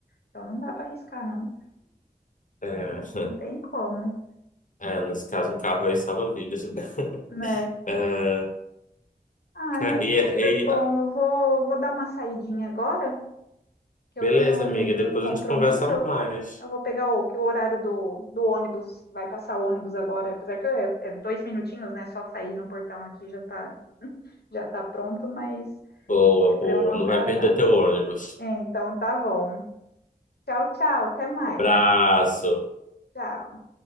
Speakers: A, on the left (about 85°); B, on the left (about 55°).
A: Então não dá para arriscar, não.
B: É, <laughs>
A: Não tem como,
B: é, nesse caso, um carro aí salva vidas. né? <laughs>
A: né?
B: É,
A: Ai,
B: ca-
A: mas
B: e,
A: então tá
B: e,
A: bom. Eu vou, vou dar uma saidinha agora, que
B: beleza,
A: eu tenho um,
B: amiga. Depois
A: um compromisso.
B: a gente conversa
A: Eu,
B: mais.
A: eu vou pegar o, que o horário do, do ônibus, vai passar o ônibus agora, apesar que é, é dois minutinhos, né? Só sair no portão aqui já tá, <laughs> já tá pronto, mas
B: Boa,
A: é para
B: boa.
A: eu não atrasar.
B: Não vai perder teu ônibus.
A: É, então tá bom. Tchau, tchau. Até mais.
B: Abraço.
A: Tchau.